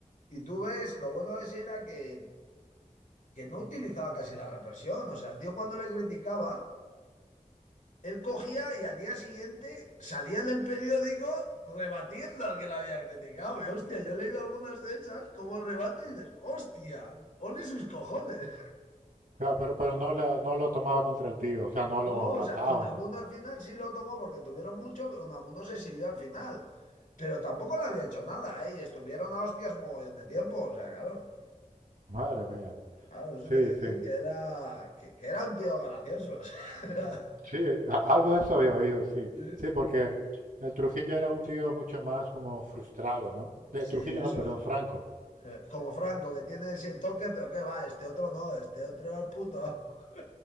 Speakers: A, on the left; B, on the right.
A: Y, y tú ves, lo bueno de ese era que, que no utilizaba casi la represión. O sea, el tío cuando le criticaban Él cogía y al día siguiente salía en el periódico rebatiendo al que la había criticado. Y hostia, yo he leído algunas de esas como rebate y dices, hostia, ole sus cojones.
B: claro, pero, pero no, la- no lo tomaba contra el tío, o sea, no lo
A: No,
B: mataban.
A: o sea, Unamuno
B: ni-
A: al final sí lo tomó porque tuvieron mucho, pero Unamuno se exilió al final. Pero tampoco le había hecho nada, ¿eh? Y estuvieron a hostias mogollón de tiempo. O sea, claro,
B: Madre mía.
A: claro, eso
B: Sí,
A: te quiero
B: sí.
A: decir que era, que, que era un tío gracioso. <laughs> o sea,
B: Sí, a- algo de eso había oído, sí.
A: Sí,
B: Sí, porque el Trujillo era un tío mucho más como frustrado, ¿no? De
A: sí,
B: Trujillo,
A: eso
B: no, perdón,
A: es.
B: Franco.
A: Eh, Como Franco, que tiene ese toque, pero qué va, este otro no, este otro era el puto. amo. <laughs>